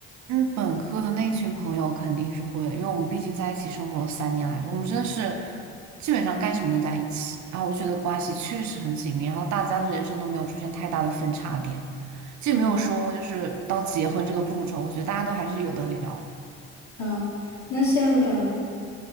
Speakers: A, on the right; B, on the left.
A: 嗯，本科的那群朋友肯定是会的，因为我们毕竟在一起生活了三年来着，我们真的是基本上干什么都在一起，然后我就觉得关系确实很紧密，然后大家的人生都没有出现太大的分叉点。既没有说就是到结婚这个步骤，
B: 嗯，
A: 我觉得大家都还是有的聊。
B: 啊、那像嗯，